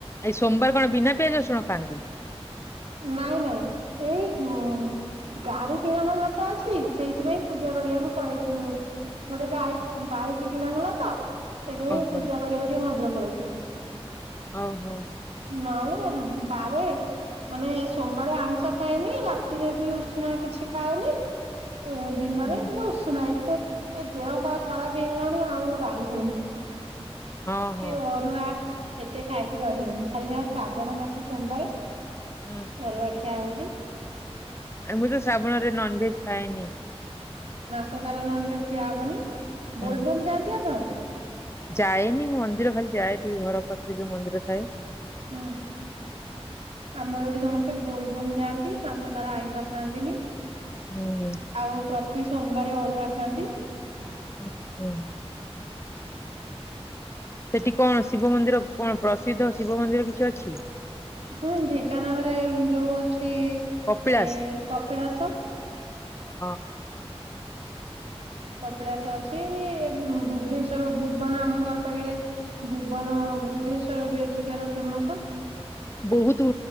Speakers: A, on the left; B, on the right.
A: ଏଇ ସୋମବାର କଣ ବିନା ପିଆଜ ରସୁଣ ଖାଆନ୍ତି?
B: ନାଇଁ ନାଇଁ ଏଇ ଗାଡି କିଣା ହେଲା ତ ଆଜି ସେଇଥିପାଇଁ ପୂଜା କରିବାକୁ ପଳେଇଥିଲୁ। ଗୋଟେ ବାଇକ୍ ବାଇକ୍ କିଣା ହେଲା ତ ସେଇଥିିପାଇଁ
A: ଓହୋ
B: ପୂଜା କରିବାକୁ ଟିକେ ମନ୍ଦିର ପଳେଇଥିଲୁ।
A: ଓହୋ।
B: ନହେଲେ ବାରେ ମାନେ ସୋମବାର ଆଇିଁଷ ଖାଏନି ରାତିରେ ବି ଉଷୁନା କିଛି ଖାଏନି ଏ ଦିନରେ
A: ହୁଁ
B: କିନ୍ତୁ ଉସୁନା ତ ଏ ଦେହ ପା ଖରାପ ହେଇଗଲାଣି ଆଉ ବାରି ହଉନି।
A: ହଁ ହଁ
B: କି ଅରୁଆ ଏତେ ଖାଇକି ରହିହଉନି ଖାଲି ଯାହା ଶ୍ରାବଣ ମାସ ସୋମବାର
A: ହୁଁ
B: ଅରୁଆ ଖିଆ ହଉଚି।
A: ଏମୀତି ଶ୍ରାବଣରେ ନନ୍ ଭେଜ୍ ଖାଏନି।
B: ମାସସାରା ନନ୍ ଭେଜ ଖିଆ ହବନି।
A: ହୁଁ
B: ବୋଲବୋମ୍ ଯାଆନ୍ତି ଆପଣ?
A: ଯାଏନି ମନ୍ଦିର ଖାଲି ଯାଏ। ଟିକେ ଘର ପାଖରେ ଯୋଉ ମନ୍ଦିର ଥାଏ।
B: ହୁଁ ଆମର ଏଠି ସମସ୍ତେ ବୋଲବୋମ୍ ଯାଆନ୍ତି। ମାସ ସାରା ଆଇଁଷ ଖାଆନ୍ତିନି
A: ହୁଁ।
B: ଆଉ ପ୍ରତି ସୋମବା୍ରେ ଅରୁଆ ଖାଆନ୍ତି।
A: ହ ହୁଁ। ସେଠି କଣ ଶିବ ମନ୍ଦିର କଣ ପ୍ରସିଦ୍ଧ ଶିବ ମନ୍ଦିର କିଛି ଅଛି?
B: ହୁଁ ଢେଙ୍କାନାଳ ରେ ଯୋଉ ଅଛି ଏଠି
A: କପିଳାସ?
B: ଏ କପିଳାଶ
A: ହଁ।
B: କପିଳାସ ଅଛି ବୁଦ୍ଧେଶ୍ଵର ଭୁବନ ଆମ ଘର ପାଖରେ ଭୁବନ ଆଉ ବୁଦ୍ଧେଶ୍ଵର ବି ଏଠିକାର ଫେମସ।
A: ବହୁତ